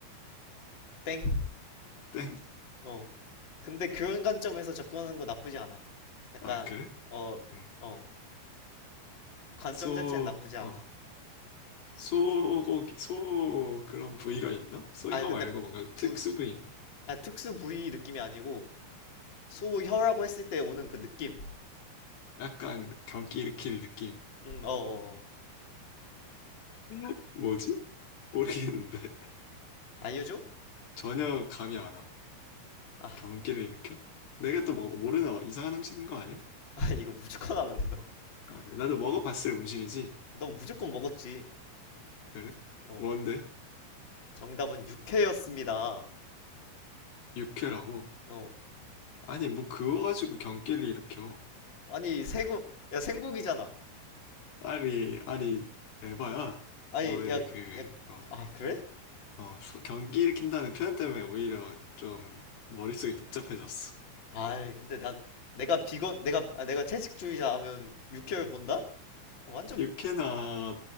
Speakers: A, on the left; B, on the left.
A: <laughs> 땡.
B: 땡.
A: 어. 근데 그런 관점에서 접근하는 거 나쁘지 않아. 약간
B: 아, 그래?
A: 어,
B: 음.
A: 어. 관점
B: 소,
A: 자체는 나쁘지 않아.
B: 어. 소고기, 소 그런 부위가 있나? 소혀
A: 아니 근데
B: 말고 뭔가
A: 부,
B: 특수
A: 부-
B: 부위 있나?
A: 아,
B: 음.
A: 특수 부위 느낌이 아니고 소혀라고 했을 때 오는 그 느낌.
B: 약간 경기 일으킬 느낌.
A: 음, 어, 어, 어.
B: <laughs> 뭐지? 모르겠는데. <laughs>
A: 알려줘?
B: 전혀 감이 안 와.
A: 아, 아,
B: 경기를 일으켜? 내가 또 뭐, 모르는 어, 이상한 음식인 거 아니야?
A: <laughs> 이거 무조건 아는데 너.
B: 아, 그래. 나도 먹어봤을 음식이지.
A: 너 무조건 먹었지.
B: 그래?
A: 어.
B: 뭔데?
A: 정답은 육회였습니다.
B: 육회라고?
A: 어.
B: 아니, 뭐 그거 가지고 경기를 일으켜.
A: 아니 생고 야 생고기잖아.
B: 아니, 아니, 에바야.
A: 아니
B: 너의
A: 야,
B: 그,
A: 야,
B: 어,
A: 아 그래?
B: 어, 서- 경기 일으킨다는 표현 때문에 오히려 좀 머릿속이 복잡해졌어.
A: 아이 근데 난 내가 비건 내가 아, 내가 채식주의자 하면 육회를
B: 음.
A: 본다? 완전
B: 육회나